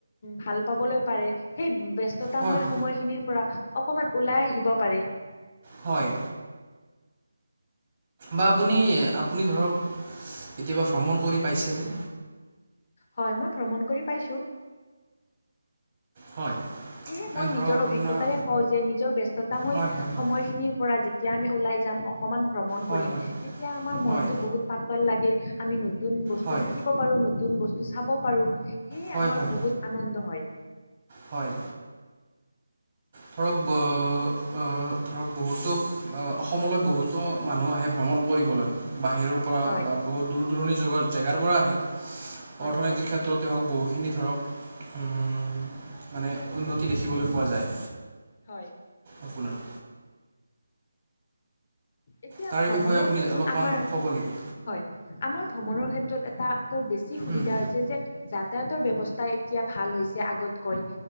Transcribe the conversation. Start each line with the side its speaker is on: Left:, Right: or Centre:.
Left: ভাল পাবলৈ পাৰে সেই ব্যস্ততাময়
Right: হয় হয়
Left: সময়খিনিৰ পৰা অকমান ওলাই আহিব পাৰে।
Right: হয়। বা আপুনি, আপুনি ধৰক কেতিয়াবা ভ্ৰমণ কৰি পাইছেনে?
Left: হয়, মই ভ্ৰমণ কৰি পাইছোঁ।
Right: হয়।
Left: সেয়ে
Right: এনে
Left: মই
Right: ধৰক
Left: নিজৰ
Right: আপোনাৰ
Left: অভিজ্ঞতাৰে কওঁ যে নিজৰ ব্যস্ততাময়
Right: হয় হয় হয়
Left: সময়খিনিৰ পৰা যে যেতিয়া আমি ওলাই যাম অকণমান ভ্ৰমণ
Right: হয়
Left: কৰিম,
Right: হয়
Left: তেতিয়া আমাৰ মনটো
Right: হয়
Left: বহুত পাতল লাগে আমি ন নতুন বস্তু
Right: হয়
Left: শিকিব পাৰোঁ, নতুন বস্তু চাব পাৰোঁ সেয়ে
Right: হয়
Left: আমাৰ
Right: হয়
Left: বহুত আনন্দ হয়।
Right: হয়। ধৰক অ', অ', ধৰক বহুতো অসমলৈ বহুতো মানুহ আহে ভ্ৰমণ কৰিবলৈ, বাহিৰৰ পৰা
Left: হয়
Right: বা বহুত দূৰ দূৰণিগা জেগাৰ পৰা আহে
Left: হয়
Right: অৰ্থনীতিৰ
Left: হয়
Right: ক্ষেত্ৰত তেওঁক বহুখিনি ধৰক মানে উন্নতি দেখিবলৈ পোৱা যায়।
Left: হয়,
Right: আপোনাৰ।
Left: এতিয়া
Right: তাৰে
Left: ভ্ৰমণৰ
Right: বিষয়ে আপুনি
Left: ক্ষেত্ৰত
Right: অলপমান
Left: আমাৰ,
Right: ক'ব নেকি
Left: হয়, আমাৰ ভ্ৰমণৰ ক্ষেত্ৰত এটা আকৌ বেছি সুবিধা
Right: উম,
Left: হৈছে যে যাতায়াতৰ ব্যৱস্থা এতিয়া ভাল হৈছে আগতকৈ,